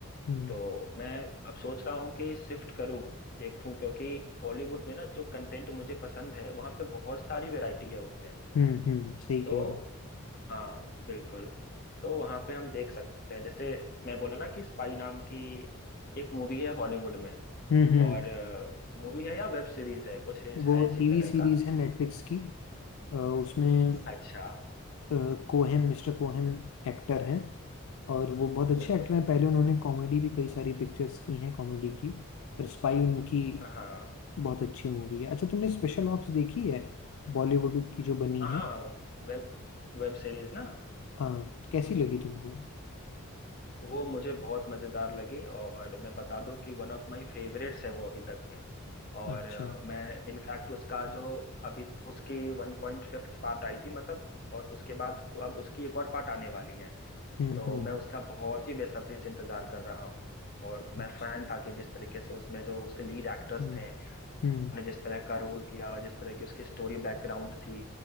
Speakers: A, on the left; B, on the left.
A: हम्म
B: तो मैं अब सोच रहा हूँ कि शिफ्ट करूँ देखूं क्योंकि हॉलीवुड में ना जो कंटेंट मुझे पसंद है वहाँ पे बहुत सारी वैरायटी है उसमें
A: हम्म हम्म, हम्म, सही
B: तो
A: कह रहे हैं
B: हाँ बिल्कुल तो वहाँ पे हम देख सकते हैं जैसे मैं बोला ना कि स्पाई नाम की एक मूवी है हॉलीवुड में
A: हम्म हम्म हम्म,
B: और मूवी है या वेब सीरीज है कुछ है
A: वो
B: है इसी
A: टीवी
B: तरह
A: सीरीज
B: का
A: है नेटफ्लिक्स की अ, उसमें
B: अच्छा
A: अ, कोहेन मिस्टर कोहेन एक्टर हैं और वो बहुत अच्छे
B: बिल्कुल
A: एक्टर हैं पहले उन्होंने कॉमेडी भी कई सारी पिक्चर्स की हैं कॉमेडी की पर स्पाई उनकी
B: हाँ
A: बहुत अच्छी मूवी है अच्छा तुमने स्पेशल ऑप्स देखी है बॉलीवुड की जो बनी
B: हाँ
A: है
B: वेब वेब सीरीज ना
A: हाँ कैसी लगी तुमको
B: वो मुझे बहुत मजेदार लगी और मैं बता दूं कि वन ऑफ माय फेवरेट्स है वो अभी तक में और
A: अच्छा
B: अ, मैं इनफैक्ट उसका जो अभी उसकी वन पॉइंट फिफ्थ पार्ट आई थी मतलब और उसके बाद अब उसकी एक और पार्ट आने वाली है
A: हम्म
B: तो
A: हम्म
B: मैं उसका बहुत ही बेसब्री से इंतजार कर रहा हूँ और
A: अच्छा
B: मैं फैन था कि जिस तरीके से उसमें जो उसके लीड एक्टर्स
A: हम्म
B: थे
A: हम्म
B: ने जिस तरह का रोल किया और जिस तरह की उसकी स्टोरी बैकग्राउंड थी